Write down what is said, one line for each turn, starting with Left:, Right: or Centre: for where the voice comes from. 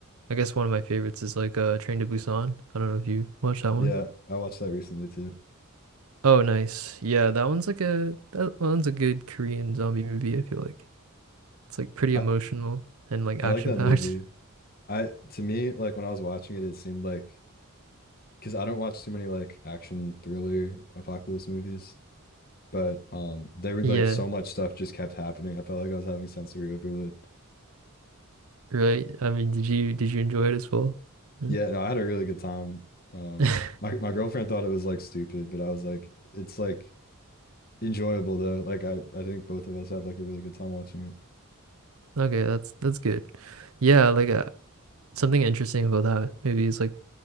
Right: I guess one of my favorites is like uh Train to Busan. I don't know if you watched that one.
Left: Yeah, I watched that recently too.
Right: Oh, nice. Yeah, that one's like a that one's a good Korean zombie movie, I feel like. It's like pretty
Left: I
Right: emotional and like
Left: I
Right: action
Left: like that
Right: packed.
Left: movie.
Right: <laughs>
Left: I to me, like when I was watching it, it seemed like because I don't watch too many like action thriller apocalypse movies, but um, they were
Right: Yeah,
Left: like so much stuff just kept happening. I felt like I was having sensory overload.
Right: right. I mean, did you did you enjoy it as well? Hmm?
Left: Yeah, no, I had a really good time. Um,
Right: <laughs>
Left: my my girlfriend thought it was like stupid, but I was like, it's like enjoyable though. Like I, I think both of us had like a really good time watching it.
Right: Okay, that's that's good. Yeah, like uh, something interesting about that maybe is like